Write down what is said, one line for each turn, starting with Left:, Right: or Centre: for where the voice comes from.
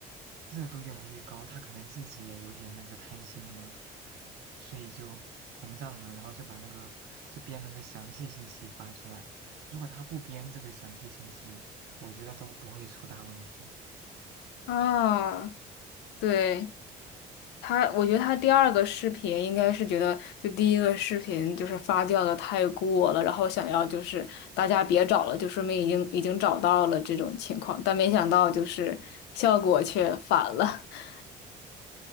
Right: 热度越来越高，他可能自己也有点那个贪心了，所以就膨胀了，然后就把那个就编了个详细信息发出来。如果他不编这个详细信息，我觉得都不会出大问题。
Left: 啊，对，他，我觉得他第二个视频应该是觉得，就第一个视频就是发酵的太过了，然后想要就是大家别找了，就说明已经已经找到了这种情况，但没想到就是效果却反了。<laughs>